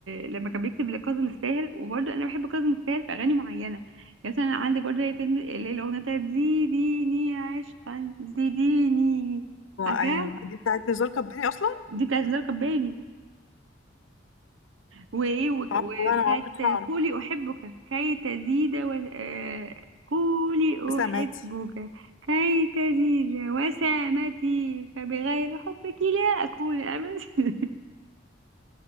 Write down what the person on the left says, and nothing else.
ايوه دي بتاعت نزار قباني اصلا
آه،
والله انا ما كنتش اعرف
سمعتي